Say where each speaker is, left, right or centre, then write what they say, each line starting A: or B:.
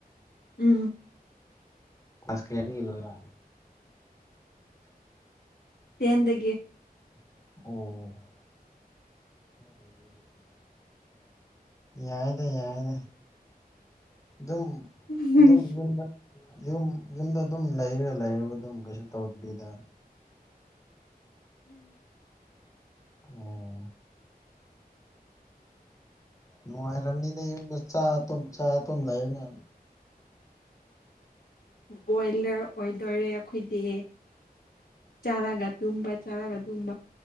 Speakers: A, on the left; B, on the left.
A: ꯎꯝ
B: ꯑꯁ ꯀꯦꯗꯤ ꯂꯣꯢꯕ
A: ꯑꯦꯟꯗꯒꯤ <unintelligible>
B: ꯑꯣ ꯌꯥꯏꯌꯦꯗ ꯌꯥꯏꯌꯦꯗ ꯗꯨꯝ
A: ꯎꯝ
B: ꯗꯨꯝ ꯌꯨꯝꯗ ꯌꯨꯝ ꯌꯨꯝꯗ ꯑꯗꯨꯝ ꯂꯩꯔ ꯂꯩꯔꯒ ꯑꯗꯨꯝ ꯀꯩꯁꯨ ꯇꯧꯗꯕꯤꯗ ꯑꯣ ꯅꯨꯡꯉꯥꯏꯔꯝꯅꯤꯗ ꯌꯨꯝꯗ ꯆꯥꯔ ꯇꯨꯝ ꯆꯥꯔ ꯇꯨꯝ ꯂꯩꯕꯅ
A: ꯕꯣꯏꯂꯔ ꯑꯣꯏꯗꯣꯏꯔꯦ ꯑꯩꯈꯣꯏꯗꯤ ꯆꯥꯔꯒ ꯇꯨꯝꯕ ꯆꯥꯔꯒ ꯇꯨꯨꯝꯕ